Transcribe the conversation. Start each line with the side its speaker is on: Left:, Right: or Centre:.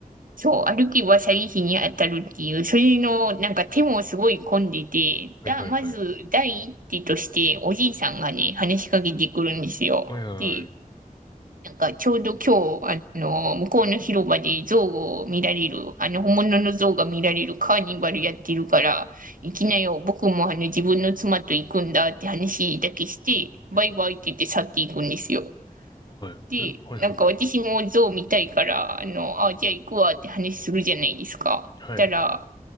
Right: そう、歩けば詐欺師に当たるっていう、それの、なんか手もすごい混んでて、
Left: はいはいはい。
Right: だ、まず、第一手として、おじいさんがね、話しかけてくるんですよ。
Left: はいはいはい。
Right: で、なんかちょうど今日、あの、向こうの広場で象を見られる、あの、本物の象が見られるカーニバルやってるから、行きなよ、僕もあの、自分の妻と行くんだって話だけして、バイバイって言って去っていくんですよ。
Left: うんはい。
Right: で、
Left: えはいはいはい。
Right: なんか私も象見たいから、あの、あ、じゃあ行くわって話するじゃないですか。
Left: はい。
Right: たら、